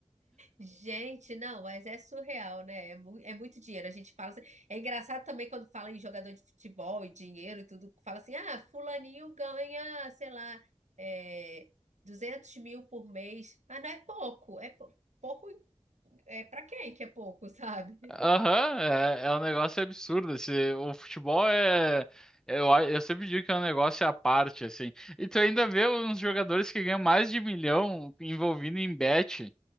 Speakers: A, on the right; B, in the centre.
A: Gente, não, mas é surreal, né? É, mu- é muito dinheiro. A gente fala assim. É engraçado também quando fala em jogador de futebol e dinheiro e tudo, fala assim: ah, fulaninho ganha, sei lá, é, 200 mil por mês. Mas não é pouco. É pou- pouco. É pra quem que é pouco, <laughs> sabe?
B: Aham, é, é um negócio absurdo. Esse, o futebol é. é, Eu, a- eu sempre digo que é um negócio à parte, assim. E tu ainda vê uns jogadores que ganham mais de milhão envolvido em bet.